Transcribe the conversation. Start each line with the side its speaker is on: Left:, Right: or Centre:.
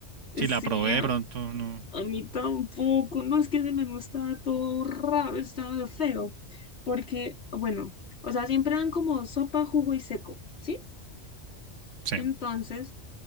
Right: Si
Left: Sí,
Right: la probé de pronto, no.
Left: A mí tampoco. No es que ese menú estaba todo raro, estaba feo. Porque, bueno, o sea, siempre dan como sopa, jugo y seco, ¿sí?
Right: Sí.
Left: Entonces,